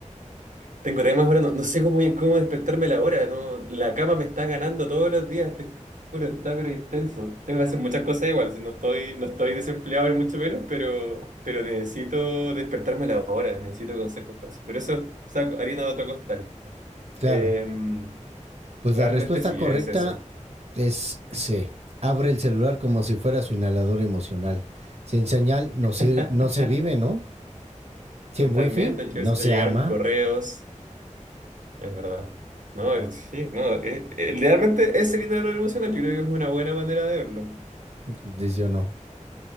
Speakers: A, on the right; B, on the right.
A: tengo temas ahora, no, no sé cómo, cómo despertarme la hora, no, la cama me está ganando todos los días, te juro, está pero intenso. Tengo que hacer muchas cosas igual, si no estoy, no estoy desempleado ni mucho menos, pero, pero necesito despertarme la hora, necesito consejos para eso. Pero eso, o sea, harina de otro costal.
B: Claro.
A: Em,
B: Pues
A: realmente
B: la respuesta
A: sí,
B: correcta
A: es eso.
B: es C. Abre el celular como si fuera su inhalador emocional. Sin señal no
A: <laughs>
B: se, no se vive, ¿no? Sin
A: Totalmente,
B: wifi
A: hay que
B: no
A: ver si
B: se
A: te llegaron
B: ama.
A: correos, es verdad. No, es- sí, no, eh, eh, realmente ese el dinero emocional, yo creo que es una buena manera de verlo.
B: Dice yo no.